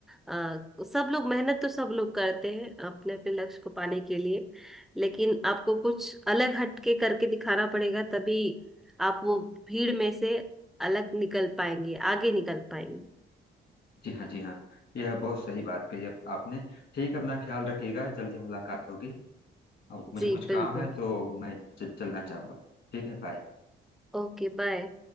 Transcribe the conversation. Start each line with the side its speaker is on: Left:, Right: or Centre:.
Centre: अ, सब लोग मेहनत तो सब लोग करते हैं अपने अपने लक्ष्य को पाने के लिए लेकिन आपको कुछ अलग हटके करके दिखाना पड़ेगा तभी आप वो भीड़ में से अलग निकल पाएंगे आगे निकल पाएंगे
Left: जी हाँ जी हाँ यह बहुत सही बात कही अब आपने ठीक है, अपना ख्याल रखिएगा जल्दी मुलाकात होगी अब मुझे
Centre: जी
Left: कुछ
Centre: बिल्कुल
Left: काम है तो मैं च- चलना चाहूंगा ठीक है बाय
Centre: Okay bye